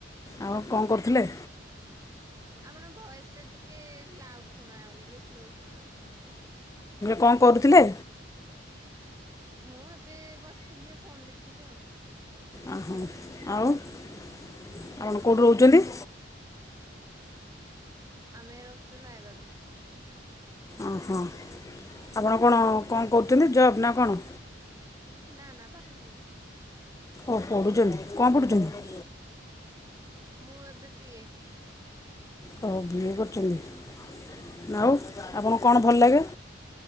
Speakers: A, on the left (about 15°); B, on the right (about 15°).
A: ଆଉ କଣ କରୁଥିଲେ?
B: ଆପଣ ଭଏସ ଟା ଟିକେ ଲାଉଡ ଶୁଣାହଉନି ଟିକେ ସ୍ଲୋ ଶୁଣା ହଉଛି।
A: କଣ କରୁଥିଲେ?
B: ମୁଁ ଏବେ ବସିଥିଲି ଫୋନ ଦେଖୁଥିଲି ଆଉ।
A: ଓହୋ! ଆଉ ଆପଣ କେଉଁଠୁ ରହୁଛନ୍ତି?
B: ଆମେ ରହୁଛୁ ନୟାଗଡ଼ ରେ।
A: ଓହୋ! ଆପଣ କଣ କଣ କରୁଛନ୍ତି ଜବ୍ ନା କଣ?
B: ନା ନା ପାଠ ପଢୁଛି।
A: ଓ ପଢ଼ୁଛନ୍ତି କଣ ପଢ଼ୁଛନ୍ତି?
B: ମୁଁ ଏବେ ବିିଏ।
A: ହଉ ବିଏ କରୁଛନ୍ତି
B: ହଁ।
A: ଆଉ। ଆପଣଙ୍କୁ କଣ ଭଲ ଲାଗେ?